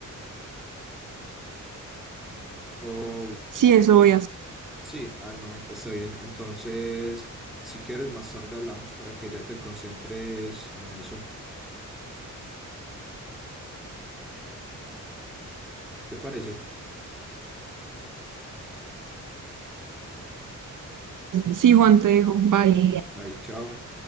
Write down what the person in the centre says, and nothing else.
O
sí, ah, no, está bien. Entonces, si quieres, más tarde hablamos para que ya te concentres en eso. ¿Te parece?
Bye, chao.